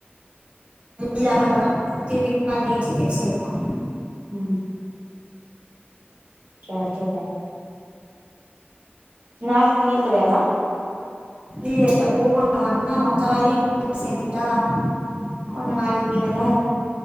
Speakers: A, on the right; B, on the right.
A: எல்லாமே ஒவர் திருப்பி கால்ல எழுஞ்சி தருப்பி செய்யனு
B: ம் கேக்கல நாளைக்கி லீவ் கெடையாதா
A: இல்ல இல்ல போகணு அதுக்குதா மொத்த வேலையு இன்னிக்கே செஞ்சுட்டா கொஞ்ச நாளைக்கி வெறு